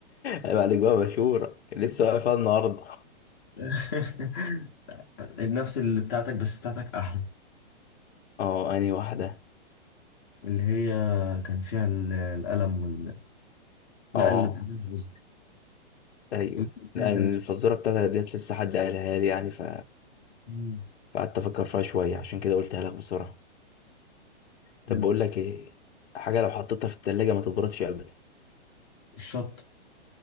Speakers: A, on the left; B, on the left.
A: عيب عليك بقى مشهوره لسه واقفه النهارده
B: <laughs> نفس اللي بتاعتك بس بتاعتك احلى
A: اه انهي واحده
B: اللي هي كان فيها ال- القلم وال لا
A: اه
B: اللي بعدها قصدي
A: ايوه
B: اللي قلت
A: لان
B: لي انت مز-
A: الفزوره بتاعتها ديت لسه حد قالها لي يعني ف
B: مم.
A: فقعدت افكر فيها شويه عشان كده قلتها لك بسرعه طب
B: حلو.
A: بقول لك ايه حاجه لو حطيتها في التلاجة ما تبردش ابدا
B: الشط